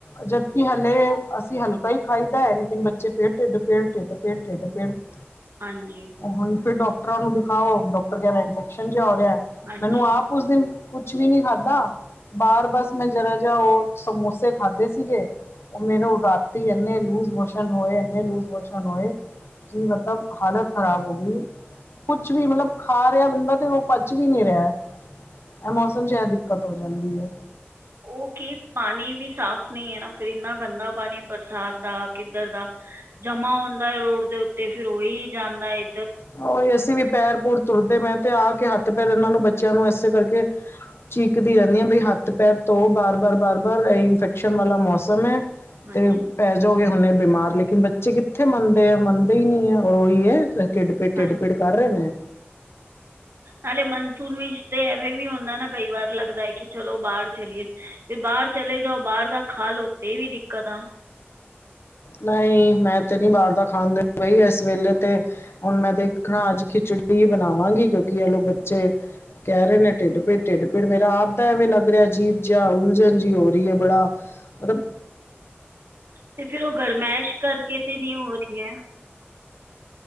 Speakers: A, on the left; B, on the right.
A: ਜਦਕਿ ਹਲੇ ਅਸੀਂ ਹਲਕਾ ਹੀ ਖਾਈਦਾ ਐ ਲੇਕਿਨ ਬੱਚੇ ਫੇਰ ਢਿੱਡ ਪੇੜ ਢਿੱਡ ਪੇੜ ਢਿੱਡ ਪੇੜ। ਹੂੰ। <inaudible>
B: ਹਾਂਜੀ।
A: ਹੁਣ ਫਿਰ ਡਾਕਟਰਾਂ ਨੂੰ ਦਿਖਾਓ ਡਾਕਟਰ ਕਹਿ ਰਿਹਾ ਇਨਫੈਕਸ਼ਨ ਜਿਹਾ ਹੋ ਰਿਹਾ
B: ਹਾਂਜੀ
A: ਮੈਨੂੰ ਆਪ ਉਸ ਦਿਨ ਕੁਛ ਵੀ ਨੀ ਖਾਧਾ ਬਾਹਰ ਬਸ ਮੈਂ ਜਰਾ ਜਿਹਾ ਉਹ ਸਮੋਸੇ ਖਾਧੇ ਸ ਸੀਗੇ ਉਹ ਮੇਰੇ ਉ ਰਾਤੀ ਇੰਨੇ ਲੂਜ ਮੋਸ਼ਨ ਹੋਏ ਇੰਨੇ ਲੂਜ ਮੋਸ਼ਨ ਹੋਏ ਕਿ ਮਤਬ ਹਾਲਤ ਖ਼ਰਾਬ ਹੋ ਗਈ ਕੁਛ ਵੀ ਮਲਬ ਖਾ ਰਿਹਾ ਬੰਦਾ ਤੇ ਉਹ ਪਚ ਵੀ ਨਹੀਂ ਰਿਹਾ ਐ ਇਹ ਮੌਸਮ 'ਚ ਇਹ ਦਿੱਕਤ ਹੋ ਜਾਂਦੀ ਐ
B: ਉਹ ਕੀ ਪਾਣੀ ਵੀ ਸਾਫ਼ ਨਹੀਂ ਹੈ ਨਾ ਫਿਰ ਇੰਨਾ ਗੰਦਾ ਪਾਣੀ ਬਰਸਾਤ ਦਾ ਕਿੱਧਰ ਦਾ। ਜਮਾ ਹੁੰਦਾ ਰੋਡ ਦੇ ਉੱਤੇ ਫੇਰ ਉਹੀ ਜਾਂਦਾ ਐ
A: ਹਾਂ ਉਹੀ ਅਸੀਂ ਵੀ ਪੈਰ ਪੁਰ ਧੋਤੇ ਮੈਂ <unintelligible> ਤੇ ਆ ਕੇ ਹੱਥ ਪੈਰ ਇਹਨਾਂ ਨੂੰ ਬੱਚਿਆਂ ਨੂੰ ਇਸੇ ਕਰਕੇ। ਚੀਕਦੀ ਰਹਿੰਨੀ ਆਂ ਬਈ ਹੱਥ ਪੈਰ ਧੋ ਬਾਰ ਬਾਰ ਬਾਰ ਬਾਰ ਇਹ ਇਨਫੈਕਸ਼ਨ ਵਾਲਾ ਮੌਸਮ ਐ
B: ਹਾਂਜੀ
A: ਤੇ। ਪੈ ਜਾਓਗੇ ਹੁਣੇ ਬਿਮਾਰ ਲੇਕਿਨ ਬੱਚੇ ਕਿੱਥੇ ਮੰਨਦੇ ਆ ਮੰਨਦੇ ਹੀ ਨਹੀਂ ਹੈ ਔਰ ਉਹੀ ਹੈ। ਢਿੱਡ ਪੀੜ ਢਿੱਡ
B: ਹਾਂਜੀ
A: ਪੀੜ ਕਰ ਰਹੇ ਨੇ।
B: ਨਾਲੇ ਮਨਸੂਨ ਵਿੱਚ ਤੇ ਐਵੇਂ ਵੀ ਹੁੰਦਾ ਨਾ ਕਈ ਵਾਰ ਲੱਗਦਾ ਹੈ ਕਿ ਚਲੋ ਬਾਹਰ ਚਲੀਏ। ਤੇ ਬਾਹਰ ਚਲੇ ਜਾਓ ਬਾਹਰ ਦਾ ਖਾਲਓ ਤੇ ਇਹ ਵੀ ਦਿੱਕਤ ਆ।
A: ਨਹੀਂ ਮੈਂ ਤੇ ਨੀ ਬਾਹਰ ਦਾ ਖਾਂਦੀ ਬਈ ਇਸ ਵੇਲੇ ਤੇ। ਹੁਣ ਮੈਂ ਦੇਖਾਂ ਅੱਜ ਖਿਚੜੀ ਬਣਾਵਾਂਗੀ ਕਿਉਂਕਿ ਇਹਲੋ ਬੱਚੇ ਕਹਿ ਰਹੇ ਨੇ ਢਿੱਡ ਪੀੜ ਢਿੱਡ ਪੀੜ ਮੇਰਾ ਆਪਦਾ ਐਵੇਂ ਲੱਗ ਰਿਹਾ ਅਜੀਬ ਜਿਹਾ ਉਲਝਣ ਜਿਹੀ ਹੋ ਰਹੀ ਹੈ ਬੜਾ। ਮਤਬ
B: ਤੇ ਫਿਰ ਉਹ ਗਰਮੈਸ਼ ਕਰਕੇ ਤੇ ਨੀ ਹੋ ਰਹੀ ਐ